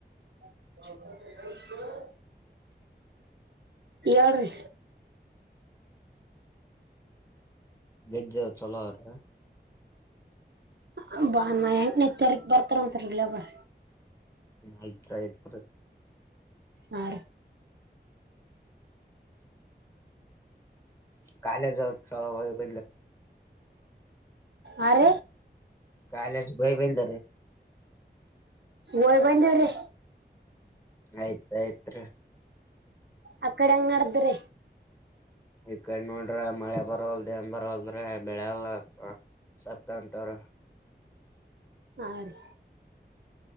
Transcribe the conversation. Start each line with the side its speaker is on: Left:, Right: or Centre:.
Right: ಹ ಎಳ್ರೀ
Left: ಗದ್ದೆ ಚಲೋ ಅವ್ರ
Right: ಹ್ಮ ಬಾಮ ಹೆಂ ತಾರ ಬರ್ತಾರ ಉಂತಲ್ಲ ಬ
Left: ಆಯ್ತ ಆಯ್ತು
Right: ಹಾ
Left: ಕಾನ ಚಲ ಬ
Right: ಅ ರ
Left: ಕಲಸ ಭಯ ಬಂತ
Right: ಹ ಬಂದೇವ್ರೆ
Left: ಆಯ್ತ್ಾಯಯ್ತ್
Right: ಅ ಕಡೆ ಹಂಗ ನಡ್ದ್ರೆ
Left: ಈ ಕಡೆ ನೋಡ್ರ ಮಳೆ ಬರಲ್ ದೇನ್ ಬರಲ್ದ್ರ ಬೆಳೆಲ್ಲಪ್ಪ ಸತ್ತಂತಾರ
Right: ಹಾ ರೀ